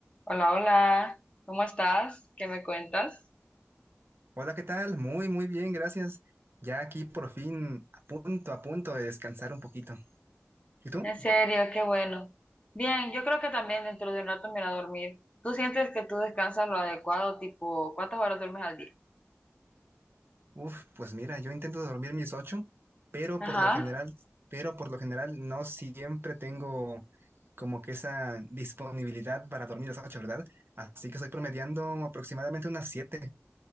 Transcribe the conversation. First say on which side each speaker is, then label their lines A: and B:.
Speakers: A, on the left; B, on the right.
A: Hola, hola, ¿cómo estás? ¿Qué me cuentas?
B: Hola, ¿qué tal? Muy, muy bien, gracias. Ya aquí por fin a punto, a punto de descansar un poquito. ¿Y tú?
A: En serio, qué bueno. Bien, yo creo que también dentro de un rato me iré a dormir. ¿Tú sientes que tú descansas lo adecuado, tipo, cuántas horas duermes al día?
B: Uf, pues mira, yo intento dormir mis ocho, pero
A: Ajá.
B: por lo general, pero por lo general no siempre tengo como que esa disponibilidad para dormir las ocho, ¿verdad? Así que estoy promediando aproximadamente unas siete.